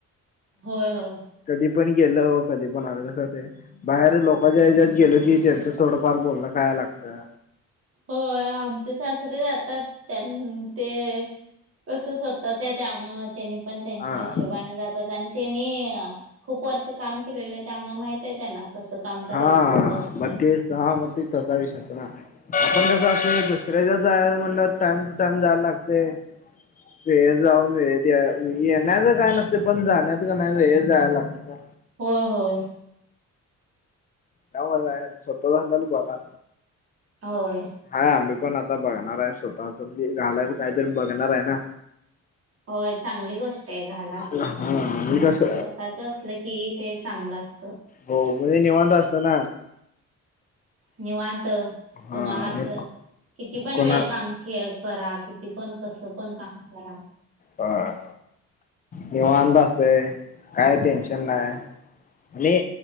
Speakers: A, on the right; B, on the left.
A: होय होय.
B: कधी पण गेल कधी पण आल कसं असतंय बाहेरील लोकाच्या ह्याच्यात गेलो की त्यांच थोडंफार बोलण खाया लागतं.
A: होय आमचे सासरे जातात त्यांन ते कसं स्वतःच आहे त्यामुळ त्यांनी पण त्यांच्या
B: हा
A: हिशोबाने जातात आणि त्यांनी खूप वर्ष काम केलेलं त्यामुळे माहित आहे त्यांना कसं काम करायचं
B: हा
A: कसं
B: मग
A: नाही.
B: तेच हा मग ती तसाच विश्वास नाही. आपण जसं असं दुसऱ्याच्यात जायाच म्हटलं टाइम टू टाइम जायला लागते. वेळेत जाऊन वेळेत या येण्याच काय नसते पण जाण्यात कन्हाय वेळेत जायला लागते ना.
A: होय होय!
B: त्यामुळं कस हाय स्वतःच असल्याल बर हाय.
A: होय.
B: हाय आम्ही पण आता बघणार आहे स्वतःच मी घालाय काहीतरी बघणार आहे ना.
A: होय चांगली गोष्ट आहे घाला.
B: हा म्हणजे कस
A: स्वतःच असलं की ते चांगलं असत.
B: हो म्हणजे निवांत असत ना.
A: निवांत
B: हा
A: तुम्हालाच किती पण
B: कोणा
A: वेळ काम करा किती पण कसं पण काम करा.
B: ह निवांत असतय काय टेन्शन नाही. आणि